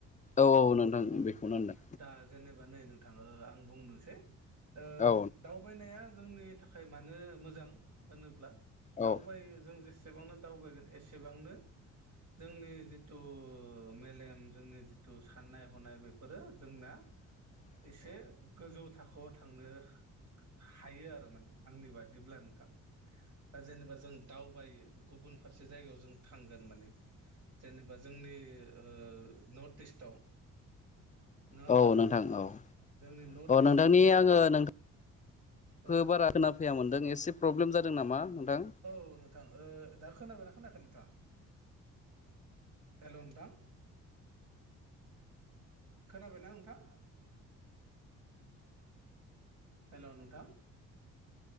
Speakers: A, on the left; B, on the right.
A: औ नोंथां औ औ नोंथां
B: औ
A: बेखौनो होनदों
B: दा जेनेबा नै नों ओ बुंनोसै ओ
A: औ
B: दावबायनाया जोंनि थाखाय मानो मोजां होनोब्ला दावबाय
A: औ
B: जों जेसे एसेबांनो दावबायगोन एसेबांनो जोंनि जिथु मेलेम जोंनि जिथु साननाय हनाय बेफोरो जोंना
A: <inaudible>
B: एसे गोजौ थाखोआव थांनो हायो आरो माने आंनि बादिब्ला नोंथां दा जेनेबा जों दावबायो गुबुन फारसे जायगायाव जों थांगोन माने जेनेबा जोंनि ओ नर्थ इस्टआव नङा होमबा
A: औ नोंथां औ
B: जोंनि नर्थ
A: अ
B: इस्ट
A: नोंथांनि
B: ओनसोलाव
A: आङो नोंथांखौ
B: औ
A: बारा खोनाफैया मोनदों एसे प्र प्रब्लेम जादों नामा नोंथां?
B: औ नोंथां ओ दा खोनाबायना खोनाखै नोंथाङा एल' नोंथां खोनाबायना नोंथां हेल' नोंथां